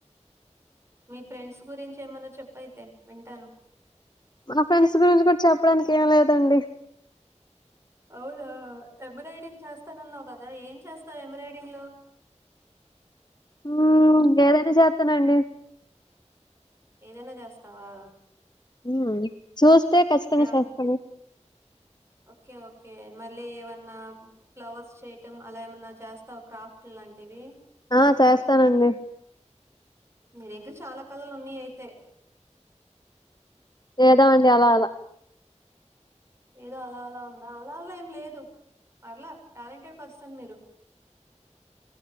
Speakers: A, on the right; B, on the left.
A: మీ ఫ్రెండ్స్ గురించి ఏమన్న చెప్పైతే వింటాను
B: మా ఫ్రెండ్స్ గురించి కూడా చెప్పడానికి ఏం లేదండి
A: అవునా ఎంబ్రాయిడింగ్ చేస్తానన్నావు కదా ఏం చేస్తావు ఎంబ్రాయిడింగ్ లో
B: ఉ ఏదైనా చేత్తనండి
A: ఏదైనా జేస్తావా
B: ఉ చూస్తే ఖచ్చితంగా
A: ఆ-
B: చేస్తను
A: ఓకే ఓకే మళ్ళీ ఏమన్నా ఫ్లవర్స్ చేయటం అలా ఏమన్నా చేస్తావు క్రాఫ్ట్ లాంటివి
B: ఆ చేస్తానండి
A: మీకు చాలా కలలు ఉన్నాయి అయితే
B: ఏదో అండి అలా అలా
A: ఏదో అలా అలా ఉందా అలా అలా ఏం లేదు పర్లే టాలెంటెడ్ పర్సన్ మీరు